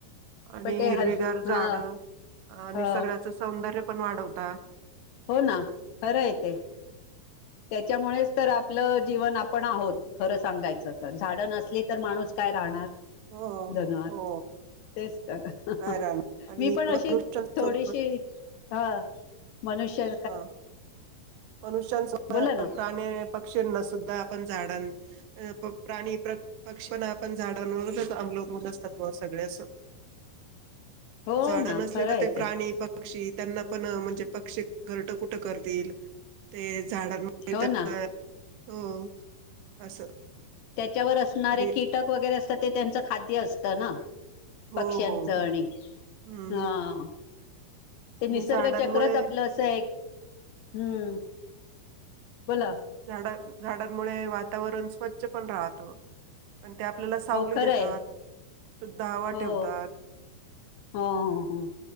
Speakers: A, on the right; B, on the left.
A: आणि
B: पण ते
A: हिरवीगार
B: हल
A: झाड,
B: हा
A: अ निसर्गाचं
B: ह
A: सौंदर्य पण वाढवता.
B: हो ना खरं ये ते, त्याच्यामुळेच तर आपलं जीवन आप पण आहोत
A: हम्म.
B: खरं सांगायचं तर, झाडं नसली तर माणूस काय राहणार.
A: हो
B: जगणार
A: हो
B: तेच तर.
A: काय राहणार. आणि
B: मी पण अशी
A: मनुष्यांसोबत
B: थोडीशी ह मनुष्या.
A: हा मनुष्यांस <unintelligible>
B: बोला ना
A: प्राणी पक्षींना सुद्धा आपण झाडां अ प प्राणी प्र पक्षपना आपण झाडांवरचं अवलंबुन असतात बा सगळे असं.
B: हो
A: झाड
B: ना
A: नसली
B: खरं
A: तर
B: आहे
A: ते प्राणी प क्षी त्यांना पण म्हणजे पक्षी घरटं कुठं करतील. ते झाडांमुळे
B: हो
A: <unintelligible> तर
B: ना
A: हो असं
B: त्याच्यावर असणारे
A: आणि
B: कीटक वगैरे असतात, ते त्यांचं खाद्य असतं ना.
A: हो
B: पक्ष्यांचं
A: हो हो
B: आणि
A: हम्म
B: हा. ते
A: आणि
B: निसर्ग
A: झाडांमुळे
B: चक्रच आपलं असं आहे. हूं बोला!
A: झाड, झाडांमुळे वातावरण स्वच्छ पण राहतं. अण ते आपल्याला सावली
B: हो खरं
A: देतात
B: आहे
A: शुद्ध हवा
B: हो
A: ठेवतात.
B: हो हो हो,